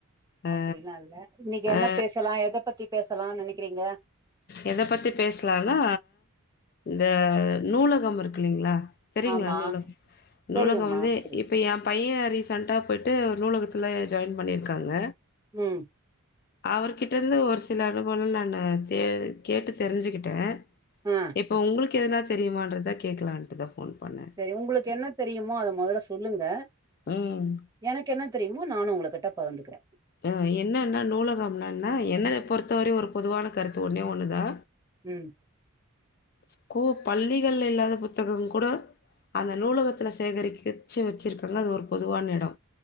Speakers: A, on the left; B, on the right.
A: ஆ
B: அப்டிலா இல்ல இன்னிக்கு என்ன
A: ஆ
B: பேசலா எத பத்தி பேசலா நெனைக்கிறீங்க?
A: எத பத்தி பேசலான்னா இந்த நூலகம் இருக்குலிங்ளா? தெரியுங்ளா
B: ஆமா
A: நூலகம் நூலகோ
B: தெரியுமா
A: வந்து
B: தெரியு
A: இ ப்ப எ பைய ரீசெண்ட்டா போய்ட்டு ஒர் நூலகத்ல ஜாயின் பண்ணிருக்காங்க.
B: ம்.
A: அவருகிட்ட இருந்து ஒரு சில அனுபவளா நானு கே கேட்டு தெரிஞ்சுகிட்டே.
B: ஆ
A: இப்ப உங்குளுக்கு எதுனா தெரியுமான்றத கேக்லான்ட்டுதா ஃபோன் பண்ணே.
B: செரி உங்குளுக்கு என்ன தெரியுமோ அத மொதல சொல்லுங்க.
A: ம்.
B: எனக்கு என்ன தெரியுமோ நானு உங்களுகிட்ட பகிந்துகிறே.
A: அ என்னன்னா நூலகம்னன்னா என்னைய பொறுத்தவரையு ஒரு பொதுவான கருத்து ஒன்னே ஒன்னுதா.
B: ம்.
A: ஸ்கூ பள்ளிகள்ல இல்லாத புத்தகங் கூடோ அந்த நூலகத்துல சேகரிக்கச்சு வெச்சிருகாங்க அது ஒரு பொதுவான எடோ.